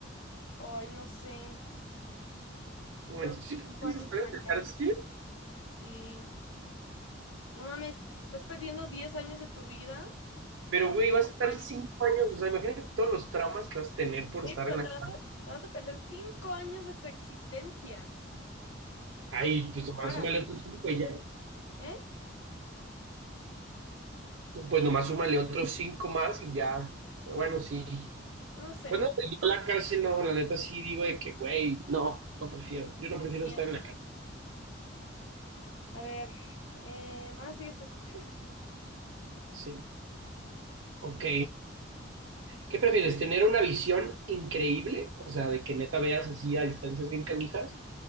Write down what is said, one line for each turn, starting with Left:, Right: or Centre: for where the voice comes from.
Left: Ay, no sé.
Right: No
Left: Creo
Right: manches,
Left: que
Right: tú sí
Left: cinco
Right: quieres
Left: años
Right: estar
Left: en
Right: en
Left: la
Right: la
Left: cárcel.
Right: cárcel,
Left: Sí. No mames, ¿estás perdiendo diez años de tu vida
Right: pero,
Left: o
Right: güey, vas
Left: cinco
Right: a estar
Left: años?
Right: cinco años, o sea, imagínate todos los traumas que vas a tener por
Left: Oye,
Right: estar
Left: pero
Right: en la
Left: te vas
Right: cárcel.
Left: a, te vas a perder cinco años de tu existencia.
Right: Ay,
Left: Sí,
Right: pues
Left: no
Right: nomás
Left: para.
Right: súmale otros 5 y ya.
Left: ¿Eh?
Right: Pues nomás súmale otros 5 más y ya. Pero bueno, sí.
Left: No sé.
Right: Pues no sé, yo la cárcel no, la neta sí digo de que, güey, no, no prefiero, yo no prefiero
Left: Miedo,
Right: estar en la
Left: ¿no?
Right: cárcel,
Left: A ver. Eh, ah, sigues tú. <laughs>
Right: sí. Ok, ¿qué prefieres? ¿Tener una visión increíble? O sea, de que neta veas así a distancias bien canijas,